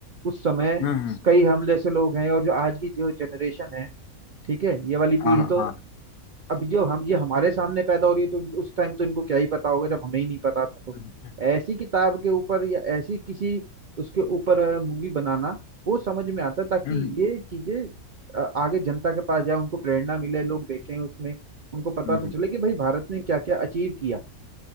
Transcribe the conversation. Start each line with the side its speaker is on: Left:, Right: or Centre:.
Right: उस समय
Left: हम्म हम्म,
Right: कई हम जैसे लोग हैं और जो आज की जो जनरेशन है ठीक है ये वाली पीढ़ी
Left: हाँ हाँ
Right: तो
Left: हाँ
Right: अभी जो हम ये हमारे सामने पैदा हो रही है तो उन, उस टाइम तो इनको क्या ही पता होगा जब हमें ही नहीं पता था तो
Left: हम्म
Right: ऐसी किताब के ऊपर या ऐसी किसी उसके ऊपर मूवी बनाना वो समझ में आता है ताकि
Left: हम्म,
Right: ये चीजें अ, आगे जनता के पास जाए उनको प्रेरणा मिले लोग देखें उसमें उनको पता
Left: हम्म,
Right: तो
Left: हम्म,
Right: चले कि भाई भारत ने क्या क्या अचीव किया